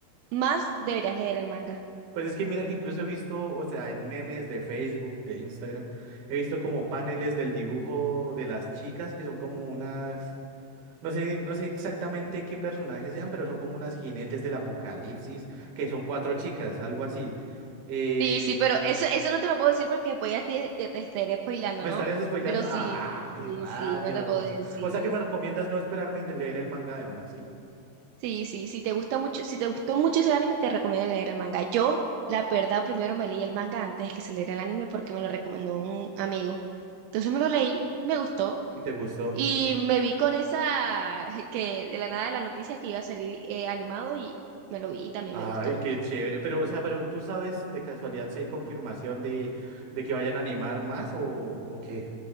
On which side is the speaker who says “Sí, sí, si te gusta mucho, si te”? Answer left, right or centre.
Right